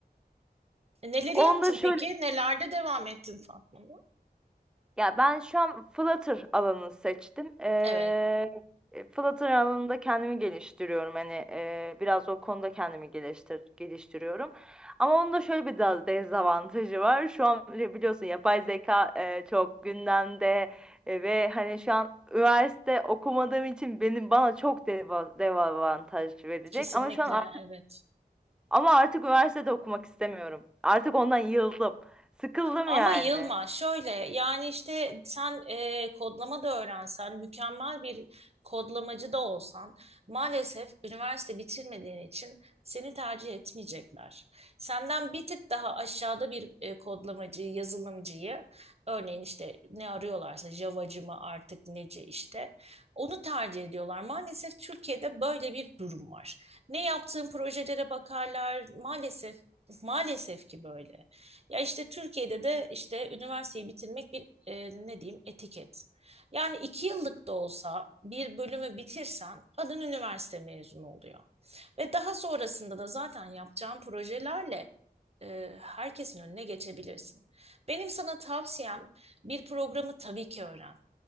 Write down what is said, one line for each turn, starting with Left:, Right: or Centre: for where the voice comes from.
Right: E, Neleri
Centre: Onda
Right: yaptın
Centre: şöyle
Right: peki? Nelerde devam ettin Fatma?
Centre: Ya ben şu an Flutter alanını seçtim. Ee,
Right: Evet.
Centre: e, Flutter alanında kendimi geliştiriyorum. Hani e, biraz o konuda kendimi geliştir geliştiriyorum. Ama onun da şöyle bir da- dezavantajı var. Şu an bile biliyorsun yapay zeka e, çok gündemde E, ve hani şu an üniversite okumadığım için benim bana çok deva- dezavantaj verecek.
Right: Kesinlikle.
Centre: Ama şu an ar-
Right: Evet.
Centre: ama artık üniversitede okumak istemiyorum. Artık ondan yıldım. Sıkıldım
Right: Ama
Centre: yani.
Right: yılma, şöyle yani işte sen e, kodlama da öğrensen, mükemmel bir kodlamacı da olsan maalesef üniversite bitirmediğin için seni tercih etmeyecekler. Senden bir tık daha aşağıda bir e, kodlamacıyı, yazılımcıyı örneğin işte ne arıyorlarsa Java'cı mı artık neci işte onu tercih ediyorlar. Maalesef Türkiye'de böyle bir durum var. Ne yaptığın projelere bakarlar maalesef maalesef ki böyle. Ya işte Türkiye'de de işte üniversiteyi bitirmek bir e, ne diyeyim etiket. Yani iki yıllık da olsa bir bölümü bitirsen adın üniversite mezunu oluyor. Ve daha sonrasında da zaten yapacağın projelerle e, herkesin önüne geçebilirsin. Benim sana tavsiyem bir programı tabii ki öğren.